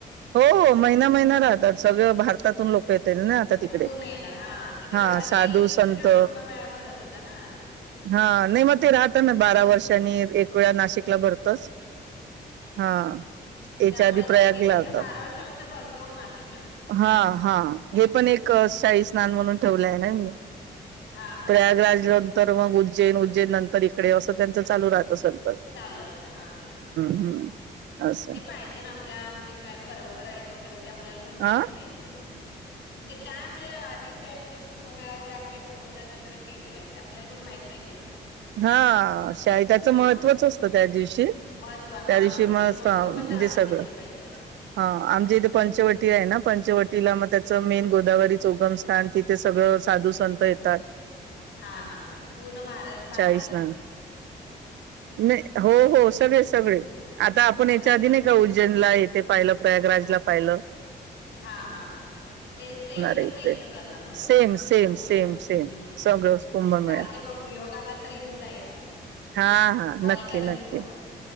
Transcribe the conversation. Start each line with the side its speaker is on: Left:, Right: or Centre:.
Right: हो हो महिना महिना राहतात सगळ भारतातून लोक येत ना आता तिकडे
Left: पूर्ण येणार हा तिकड
Right: हा
Left: आधी
Right: साधू
Left: दुसरीकडे
Right: संत
Left: कुंभमेळा भरत होता ना तिकडे
Right: हा नाही मग ते राहत ना बारा वर्षांनी एक वेळा नाशिकला भरतच हा याच्या
Left: त्यामुळे
Right: आधी
Left: आता
Right: प्रयागला
Left: केले
Right: होत
Left: का बारा वर्षांनंतर भरतो नाशिक
Right: हा हा हे पण एक
Left: हम्म हम्म
Right: शाई स्नान म्हणून ठेवलय ना ह्यांनी
Left: हा हा
Right: प्रयागराज
Left: हा
Right: नंतर उज्जैन उज्जैननंतर इकडे अस त्यांच चालू राहत असेल
Left: चालू असत. हा हा हा.
Right: हम्म असं
Left: नाही पाहिजे ना आपल्या म्हणजे काय परंपरा आहेत वगैरे ते आपल्याला पण माहित
Right: हा
Left: पाहिजे म्हणजे काय आपल्या आधीच्या म्हणजे कुंभमेळा वगैरे आपल्या पूर्वजांनी वगैरे केलेला आहे. ते आपल्याला पण माहित पाहिजे ना.
Right: हा शाहीत्याच
Left: हा
Right: महत्त्वच त्या दिवशी,
Left: महत्त्व हा
Right: त्या दिवशी मग
Left: ते महत्त्व
Right: म्हणजे
Left: पण जाणून
Right: सगळ.
Left: घेतलं पाहिजे आपण.
Right: हा आमच्या इथे पंचवटी आहे ना, पंचवटीला मग त्याच मेन गोदावरीच उगमस्थान तिथे सगळ साधू संत येतात.
Left: हा हा हा पूर्ण भारत भारत
Right: येस मॅम. नाही हो हो सगळे सगळे आता आपण
Left: सगळे
Right: याच्या आधी
Left: हा
Right: नाही का, उज्जैनला येथे पाहिल, प्रयागराजला पाहिल. <unintelligible>
Left: हा. हा. हा. ते सेम
Right: आहे
Left: तस
Right: इथे
Left: इथ करणार, भरवणार
Right: सेम
Left: ते
Right: सेम
Left: कुंभमेळा.
Right: सेम सेम
Left: हम्म हम्म्
Right: सगळं कुंभमेळा
Left: चालते बघू योग आला तर येऊन जाईन.
Right: हा हा नक्की
Left: कॉल करेन
Right: नक्की
Left: तुम्हाला मी.